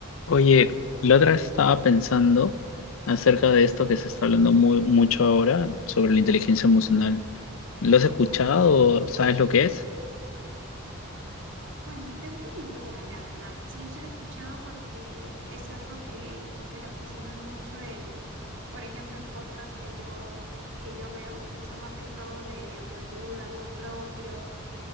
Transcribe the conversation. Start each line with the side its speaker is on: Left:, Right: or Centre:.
Left: Oye, la otra vez estaba pensando acerca de esto que se está hablando mu- mucho ahora sobre la inteligencia emocional. ¿Lo has escuchado? ¿Sabes lo que es?
Right: Bueno, tengo una idea, la verdad. Sí, sí lo he escuchado porque es algo que, que lo mencionan mucho en, por ejemplo, en podcasts que yo, que yo veo, que son más que todo de autoayuda, amor propio.